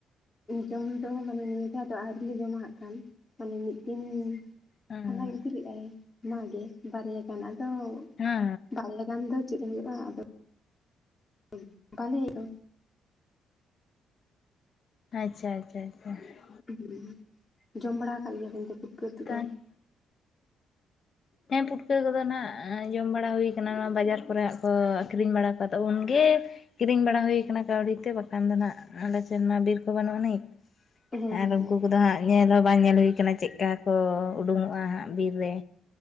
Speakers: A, on the left; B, on the left.
A: ᱡᱚᱢ ᱫᱚ ᱢᱟᱱᱮ ᱱᱤᱭᱟᱹ ᱫᱷᱟ ᱫᱚ ᱟᱹᱣᱨᱤ ᱞᱮ ᱡᱚᱢᱟᱜ ᱦᱟᱜ ᱠᱷᱟᱱ, ᱢᱟᱱᱮ ᱢᱤᱫ ᱫᱤᱱ
B: ᱦᱮᱸ
A: ᱦᱟᱞᱟᱝ ᱤᱫᱤ ᱞᱮᱜᱟᱭ ᱢᱟ ᱜᱮ ᱵᱟᱨᱭᱟ ᱜᱟᱱ, ᱟᱫᱚ
B: ᱦᱮᱸ
A: ᱵᱟᱨᱮᱭᱟ ᱜᱟᱱ ᱫᱚ ᱪᱮᱫ ᱦᱳᱭᱳᱜᱼᱟ? ᱟᱫᱚ <inaudible> ᱵᱟᱞᱮ ᱤᱫᱚ
B: ᱟᱪᱪᱷᱟ ᱟᱪᱪᱷᱟ ᱟᱪᱪᱷᱟ ᱾
A: ᱩᱸ ᱦᱩᱸ, ᱡᱚᱢ ᱵᱟᱲᱟ ᱠᱟᱜ ᱜᱮᱭᱟᱵᱤᱱ ᱛᱚ ᱯᱩᱴᱠᱟᱹ ᱩᱛᱩ
B: ᱛᱟᱦᱚᱞᱮ
A: ᱠᱚ?
B: ᱦᱮᱸ, ᱯᱩᱴᱠᱟᱹ ᱠᱚᱫᱚ ᱱᱟᱜ ᱡᱚᱢ ᱵᱟᱲᱟ ᱦᱩᱭ ᱠᱟᱱᱟ, ᱵᱟᱡᱟᱨ ᱠᱚᱨᱮ ᱦᱟᱸᱜ ᱠᱚ ᱟᱹᱠᱷᱨᱤᱧ ᱵᱟᱲᱟ ᱠᱚᱣᱟ ᱛᱚ ᱩᱱᱜᱮ ᱠᱤᱨᱤᱧ ᱵᱟᱲᱟ ᱦᱳᱭ ᱠᱟᱱᱟ ᱠᱟᱹᱣᱰᱤ ᱛᱮ, ᱵᱟᱠᱷᱟᱱ ᱫᱚ ᱦᱟᱸᱜ ᱟᱞᱮ ᱥᱮᱱ ᱢᱟ ᱵᱤᱨ ᱠᱚ ᱵᱟᱹᱱᱩᱜ ᱟᱹᱱᱤᱡ ᱾
A: ᱦᱮᱸ ᱦᱮᱸ
B: ᱟᱨ ᱩᱱᱠᱩ
A: ᱦᱮᱸ
B: ᱠᱚᱫᱚ ᱦᱟᱸᱜᱼᱼ ᱧᱮᱞ ᱦᱚᱸ ᱵᱟᱝ ᱧᱮᱞ ᱦᱩᱭ ᱟᱠᱟᱱᱟ ᱪᱮᱫᱠᱟ ᱠᱚ ᱩᱰᱩᱝᱚᱜᱼᱟ ᱦᱟᱸᱜ ᱵᱤᱨ ᱨᱮ?